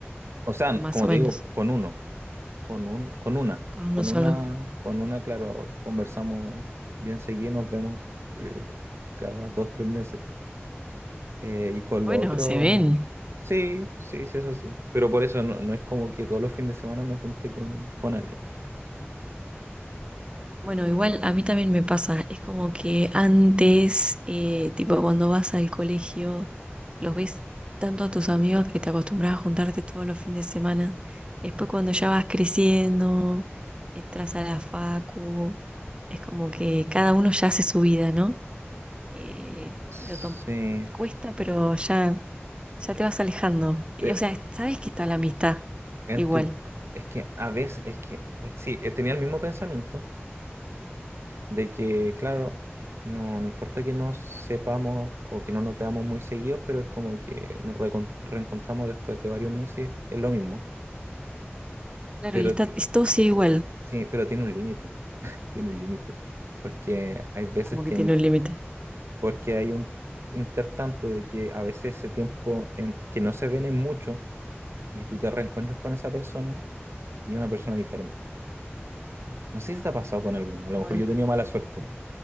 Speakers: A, on the right (about 70°); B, on the right (about 25°).
A: O sea,
B: o más
A: como
B: o menos,
A: te digo, con uno, con un, con una,
B: con
A: con
B: uno solo.
A: una, con una, claro, conversamos bien seguido, nos vemos <laughs> eh, cada dos, tres meses. Eh, y con
B: Bueno,
A: lo otro,
B: se ven.
A: sí, sí, sí, eso sí. Pero por eso no, no es como que todos los fines de semana me junte con, con alguien. po.
B: Bueno, igual a mí también me pasa, es como que antes, eh, tipo cuando vas al colegio, los ves tanto a tus amigos que te acostumbras a juntarte todos los fines de semana. Después cuando ya vas creciendo, entras a la facu, es como que cada uno ya hace su vida, ¿no? Eh,
A: Sí,
B: lo tom- cuesta, pero ya ya te vas alejando. Eh,
A: eh,
B: O sea, sabes que está la amistad
A: en
B: igual.
A: tu, es que a veces, es que, sí, eh, tenía el mismo pensamiento de que, claro, no, no importa que nos sepamos o que no nos veamos muy seguidos, pero es como que nos recon- reencontramos después de varios meses, es lo mismo.
B: Claro,
A: Pero
B: y está,
A: ti-
B: es- todo sigue igual,
A: sí, pero tiene un límite, <laughs> tiene un límite. Porque hay veces
B: como
A: que
B: que tiene un límite.
A: porque hay un intertanto de que a veces ese tiempo en que no se ven en mucho y tú te reencuentras con esa persona y una persona diferente. No sé si te ha pasado con alguno, a lo mejor
B: Bueno,
A: yo he tenido mala suerte.